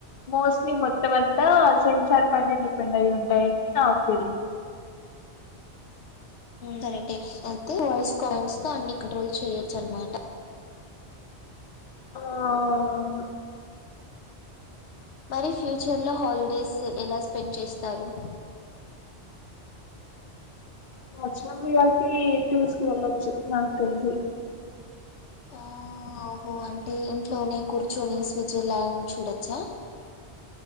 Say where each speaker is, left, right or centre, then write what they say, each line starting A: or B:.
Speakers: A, on the left; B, on the left.
A: మోస్ట్లీ మొత్తం అంత సెన్సార్ పైన డిపెండ్ అయి ఉంటాయి నా ఫీలింగ్
B: కరెక్టే అయితే వాయిస్ కాయిన్స్ తో అన్ని కంట్రోల్ చేయొ చన్మాట
A: ఆ
B: మరి ఫ్యూచర్ లో హాలిడేస్ ఎలా స్పెండ్ చేస్తారు
A: వర్చువల్ రియాలిటీ టూర్స్ కి వెళ్లొచ్చు నాకు తెలిసి
B: ఆ ఓహో అంటే ఇంట్లోనే కూర్చొని స్విచ్ ఎలా ఆయన చూడోచ్చా